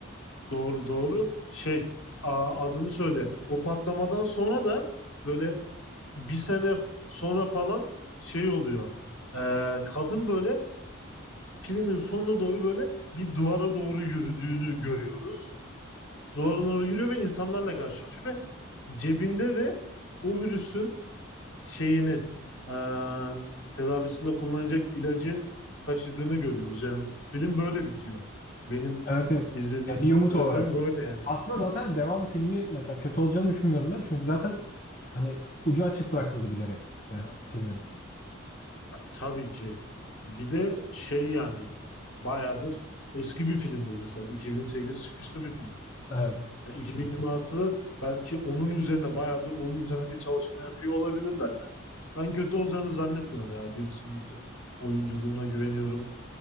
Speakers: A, on the left; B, on the left.
A: Doğru doğru. Şey a- adını söyle. O patlamadan sonra da böyle bir sene f- sonra falan şey oluyor. Ee, kadın böyle filmin sonuna doğru böyle bir duvara doğru yürüdüğünü görüyoruz. Duvara doğru yürüyor ve insanlarla karşılaşıyor ve cebinde de o virüsün şeyini ee, tedavisinde kullanacak ilacı taşıdığını görüyoruz. Yani film böyle bitiyor. Benim
B: Evet evet.
A: izlediğim,
B: Ya bir
A: hatırladığım
B: umut olarak.
A: böyle yani.
B: Aslında zaten devam filmi mesela kötü olacağını düşünmüyorum ben. Çünkü zaten hani ucu açık bırakıldı bilerek. Yani o filmin.
A: Tabii ki. Bir de şey yani bayağıdır eski bir film bu mesela. 2008 çıkışlı bir film.
B: Evet.
A: Yani 2026'da belki onun üzerine bayağıdır onun üzerine bir çalışma yapıyor olabilirler yani. Ben kötü olacağını zannetmiyorum ya. Will Smith'in oyunculuğuna güveniyorum.